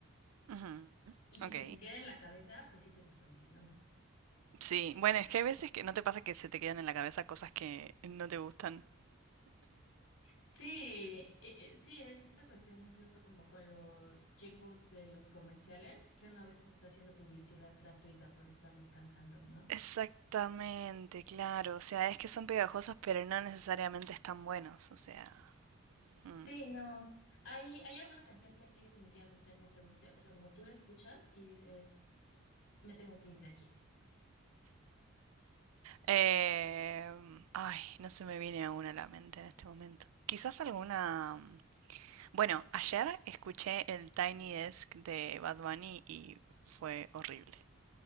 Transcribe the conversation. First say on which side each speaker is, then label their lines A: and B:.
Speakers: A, on the right; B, on the left.
A: Ujú,
B: Y si
A: Ok.
B: se te queda en la cabeza, pues sí te gustó y si no, no.
A: Sí, bueno, es que hay veces que no te pasa que se te quedan en la cabeza cosas que no te gustan.
B: Sí, eh, eh, sí, es esta cuestión incluso como con los jingles de los comerciales, que uno a veces está haciendo publicidad gratuita por estarlos cantando, ¿no?
A: Exactamente, claro. O sea, es que son pegajosos, pero no necesariamente están buenos. O sea. mm.
B: Sí, no. ¿Hay, hay alguna canción que a ti definitivamente no te guste? O sea, como tú la escuchas y dices, me tengo que ir de aquí.
A: Eh, ay, no se me viene aún a la mente en este momento. Quizás alguna... mm, Bueno, ayer escuché el Tiny Desk de Bad Bunny y fue horrible.